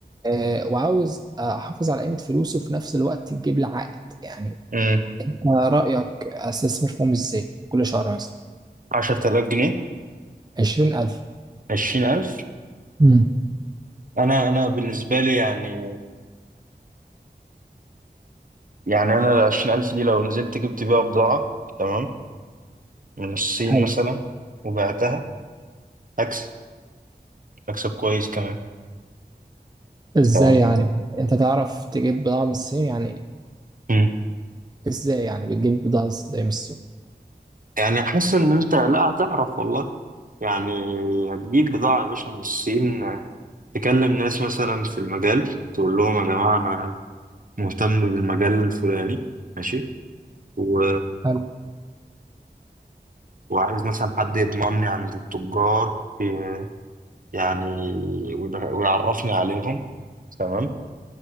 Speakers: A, on the right; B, on the right.
A: آه، وعاوز احافظ على قيمه فلوسي وفي نفس الوقت تجيب لي عائد يعني
B: امم
A: أنت رايك استثمر فيهم ازاي كل شهر مثلا
B: 10000 جنيه
A: عشرين ألف
B: 20000
A: امم
B: أنا أنا بالنسبة لي يعني يعني أنا ال 20000 دي لو نزلت جبت بيها بضاعة تمام من الصين
A: حلو
B: مثلا وبعتها أكسب أكسب كويس كمان
A: ازاي
B: تمام
A: يعني انت تعرف تجيب بضاعه من الصين يعني
B: مم.
A: ازاي يعني بتجيب بضاعه ازاي من الصين
B: يعني حاسس ان انت لا هتعرف والله يعني هتجيب بضاعة يا باشا من الصين تكلم ناس مثلا في المجال تقول لهم يا جماعة أنا مهتم بالمجال الفلاني ماشي و...
A: حلو
B: وعايز مثلا حد يضمني عند التجار ي- يعني ويبقى- ويعرفني عليهم تمام